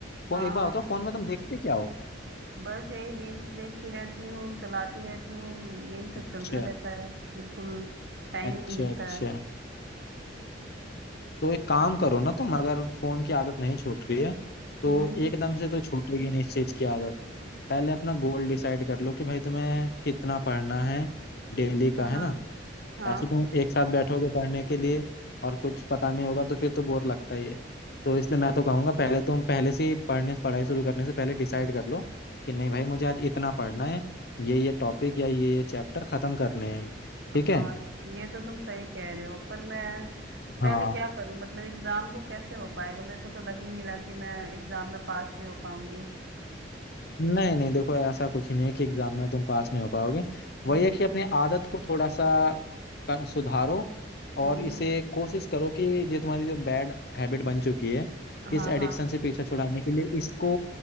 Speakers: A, on the left; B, on the right.
A: फो,
B: हाँ
A: एक बार
B: हाँ
A: बताओ फोन में तुम देखते क्या हो
B: बस यही रील्स देखती रहती हूँ चलाती रहती हूँ यही सब
A: अच्छा
B: चलता रहता है बिल्कुल टाइम
A: अच्छा
B: ही नहीं मिलता
A: अच्छा
B: है
A: तो एक काम करो ना तुम अगर फोन की आदत नहीं छूट रही है तो
B: हम्म
A: एकदम से तो छूटेगी नहीं इस चीज की आदत पहले अपना गोल डिसाइड कर लो कि भाई तुम्हें कितना पढ़ना है डेली का
B: हाँ
A: है
B: हाँ
A: ना
B: हाँ
A: ऐसे तुम एक साथ बैठोगे पढ़ने के लिए और कुछ पता नहीं होगा तो फिर तो बोर लगता ही है तो इसलिए मैं तो कहूंगा पहले तुम पहले से ही पढ़ने पढ़ाई शुरू करने से पहले डिसाइड कर लो कि नहीं भाई मुझे आज इतना पढ़ना है ये ये टॉपिक या ये ये चैप्टर खत्म करने हैं ठीक
B: हाँ
A: है
B: ये तो तुम सही कह रहे हो पर मैं पहले
A: हाँ
B: क्या करूं मतलब एग्जाम को कैसे हो पाएगा मेरे को तो लग ही नहीं रहा कि मैं एग्जाम में पास भी हो पाऊंगी
A: नहीं नहीं देखो ऐसा कुछ ही नहीं है कि एग्जाम में तुम पास नहीं हो पाओगे
B: हम्म
A: वही है कि अपनी आदत को थोड़ा सा कर- सुधारो
B: हम्म
A: और इसे कोशिश करो कि ये तुम्हारी जो बैड हैबिट बन चुकी है
B: हाँ
A: इस एडिक्शन
B: हाँ
A: से पीछा छुड़ाने के लिए इसको